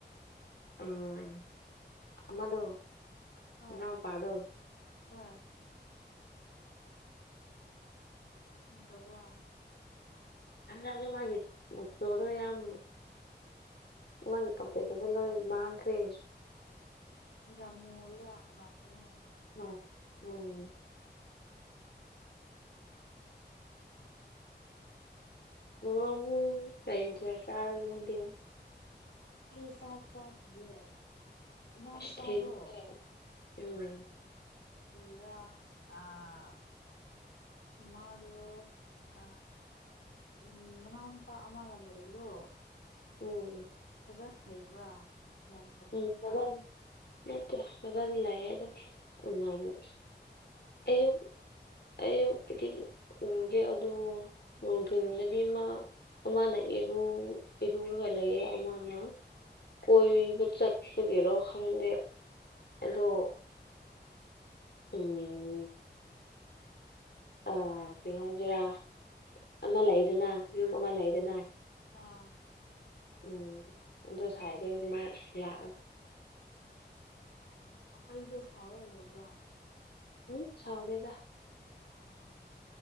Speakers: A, on the left (about 65°); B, on the left (about 80°).
A: ꯎꯝ ꯑꯃꯗꯣ
B: ꯍꯣꯏ
A: ꯏꯅꯥꯎꯄꯥꯗꯣ
B: ꯍꯣꯏ ꯇꯧꯕ
A: ꯑꯗꯦ ꯃꯥꯒꯤ ꯆꯣꯔꯨ ꯌꯥꯝ ꯃꯥꯒꯤ ꯀꯝꯄ꯭ꯂꯦꯟꯗꯨꯗ ꯂꯣꯏ ꯃꯥꯡꯈ꯭ꯔꯦ
B: ꯌꯥꯝ ꯃꯨꯔ ꯂꯥꯠꯄꯅꯦ
A: ꯍ‌ꯣꯏ ꯎꯝ
B: <unintelligible>
A: ꯉꯃꯨ ꯀꯩ ꯃꯊꯦꯜ ꯆꯔꯒꯦ ꯅꯪꯗꯤ
B: ꯑꯩ ꯆꯥꯛ ꯆꯥꯗ꯭ꯔꯤꯌꯦ ꯏꯅꯥꯎꯅꯨꯄꯥꯗꯣ
A: ꯑꯁ ꯊꯦꯡꯉꯦ ꯎꯝ
B: ꯀꯔꯤꯔꯥ ꯑ ꯃꯥꯗ‌ꯣ ꯑ ꯎꯝ ꯃꯅꯥꯎꯅꯨꯄꯥ ꯑꯃꯒ ꯂꯩꯕꯗꯣ
A: ꯎꯝ
B: ꯖꯟ ꯂꯩꯕ꯭ꯔꯥ ꯌꯥꯝ ꯁꯥꯊꯤꯕ꯭ꯔꯥ
A: <unintelligible> ꯑꯌꯨꯛ ꯑꯩꯛꯀꯤꯗꯤ ꯎꯒꯦ ꯑꯗꯨ ꯅꯣꯡꯊꯤꯜꯗꯗꯤ ꯃꯥ ꯑꯃꯅ ꯏꯔꯨ ꯏꯔꯨꯔꯒ ꯂꯩꯌꯦ ꯑꯃꯅ ꯀꯣꯏꯕ ꯆꯠ ꯒꯤꯔꯣ ꯈꯪꯗꯦ ꯑꯗꯣ
B: ꯑꯣ
A: <unintelligible> ꯑ ꯀꯩ ꯍꯥꯏꯗꯔꯥ ꯑꯃ ꯂꯩꯗꯅ ꯌꯨꯝ ꯑꯃ ꯂꯩꯗꯅ
B: ꯎꯝ ꯑꯥ
A: ꯎꯝ ꯑꯗꯣ ꯁꯋꯥꯏꯗ ꯃꯥ ꯂꯥꯛꯑꯒ
B: ꯑ ꯑꯄꯩꯗ‌ꯣ ꯁꯥꯎꯔꯒ ꯂꯩꯕ꯭ꯔ‌ꯣ
A: ꯍꯝ ꯁꯥꯎꯗ‌ꯦꯗ
B: ꯑꯣ